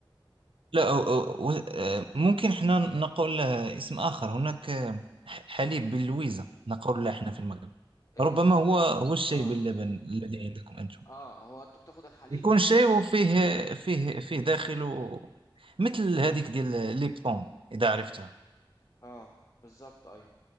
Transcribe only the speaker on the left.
آه
آه،
اسمه
اه
اه هو انت بتاخد الحليب
اه بالظبط ايوه